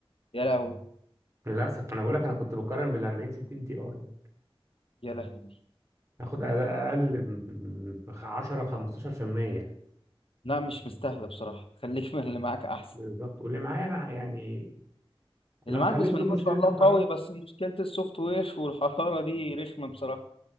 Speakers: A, on the left (about 70°); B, on the right (about 30°).
A: يا لهوي
B: للاسف انا بقول لك انا كنت بقارن بال 40 60 تي اي
A: يا لهوي
B: هاخد اداء اقل ب 10 15%
A: لا مش مستاهله بصراحه خليك من اللي معاك احسن
B: بالظبط واللي معايا انا يعني لو
A: اللي معاك
B: حليت
A: بسم
B: له
A: الله
B: مشكله
A: ما شاء الله
B: الحراره
A: قوي بس مشكله السوفت وير والحراره دي رخمه بصراحه